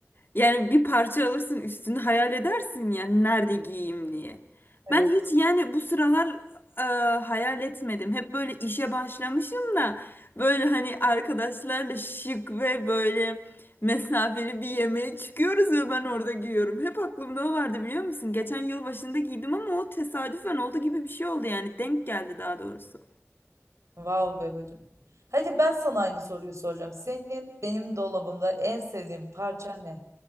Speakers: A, on the left; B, on the right.
A: yani bir parça alırsın üstünü hayal edersin yani nerede giyeyim diye.
B: evet.
A: Ben hiç yani bu sıralar e, hayal etmedim. Hep böyle işe başlamışım da böyle hani arkadaşlarla şık ve böyle mesafeli bir yemeğe çıkıyoruz ve ben orada giyiyorum. Hep aklımda o vardı biliyor musun? Geçen yıl başında giydim ama o tesadüfen oldu gibi bir şey oldu yani denk geldi daha doğrusu.
B: Vav be bacım. Hadi ben sana aynı soruyu soracağım. Senin benim dolabımda en sevdiğin parça ne?